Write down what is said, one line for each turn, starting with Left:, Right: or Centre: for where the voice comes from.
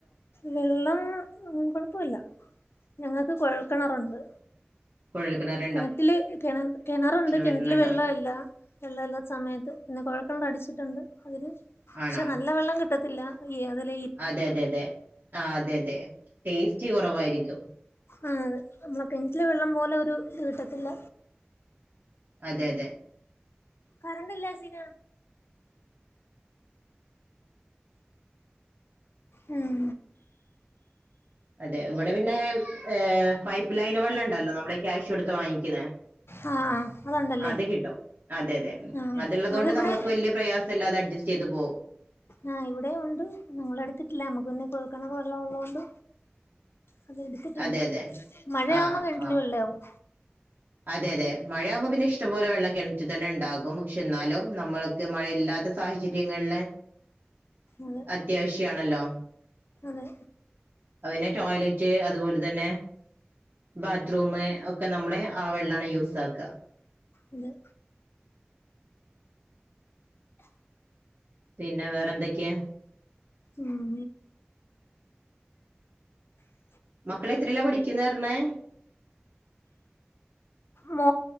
Left: വെള്ളം കുഴപ്പില്ല ഞങ്ങൾക്ക് കൊഴൽക്കെണറുണ്ട്
Right: കൊഴൽ കിണർ
Left: കിണറ്റിൽ കിണ കിണറുണ്ട് കിണറ്റിൽ
Right: വരുന്നുണ്ടാവില്ല
Left: വെള്ളമില്ല വെള്ളല്ലാത്ത സമയത്ത് പിന്നെ കുഴൽ കിണറ് അടിച്ചിട്ടുണ്ട് അതില് പക്ഷെ
Right: ആണോ
Left: നല്ല വെള്ളം കിട്ടത്തില്ല <unintelligible>
Right: അതെ അതെ അതെ ആ അതെ അതെ ടേസ്റ്റ് കുറവായിരിക്കും
Left: ആ അതെ നമ്മളെ കെണറ്റിലെ വെള്ളം പോലെ ഒരു ഇത് കിട്ടത്തില്ല
Right: അതെ അതെ
Left: കറണ്ട് ഇല്ല സീന ഉം
Right: അതെ ഇവിടെ പിന്നെ ഏ പൈപ്പ് ലൈൻ വെള്ളം ഉണ്ടല്ലോ നമ്മളെ ക്യാഷ് എടുത്ത് വാങ്ങിക്കുന്ന
Left: ആ ആ അതുണ്ടല്ലേ
Right: അത് കിട്ടും അതെ അതെ
Left: ആ
Right: അത്ള്ളതു കൊണ്ട്
Left: അതിവിടെ
Right: നമുക്ക് വല്യ പ്രയാസല്ലാതെ അഡ്ജസ്റ്റ് ചെയ്ത് പോവും
Left: ആ ഇവിടെ ഉണ്ട് ഞങ്ങളെടുത്തിട്ടില്ല നമ്മുക്ക്ന്നെ കൊഴൽക്കെണർ വെള്ളം ഉള്ളോണ്ട് അതെടുത്തിട്ടില്ല
Right: അതെ അതെ
Left: മഴയാവുമ്പോ
Right: ആ
Left: കണറ്റില്
Right: ആ
Left: വെള്ളയാവും
Right: അതെ അതെ മഴയാകുമ്പോൾ പിന്നെ ഇഷ്ടംപോലെ വെള്ളം കിണറ്റ് തന്നെ ഉണ്ടാകും പക്ഷെ ന്നാലും നമ്മൾക്ക് മഴയില്ലാത്ത സാഹചര്യങ്ങളില്
Left: അതെ
Right: അത്യാവശ്യ ആണല്ലോ
Left: അതെ
Right: അത്പിന്നെ ടോയ്ലറ്റ് അതുപോലെ തന്നെ ബാത്റൂം ഒക്കെ നമ്മളെ ആ വെള്ളാണ് യൂസാക്ക
Left: അതെ
Right: പിന്നെ വേറെ എന്തൊക്കെയാ
Left: ഉം <unintelligible>
Right: മക്കള് എത്രയിലാ പഠിക്കുന്നെ പറഞ്ഞേ
Left: മേ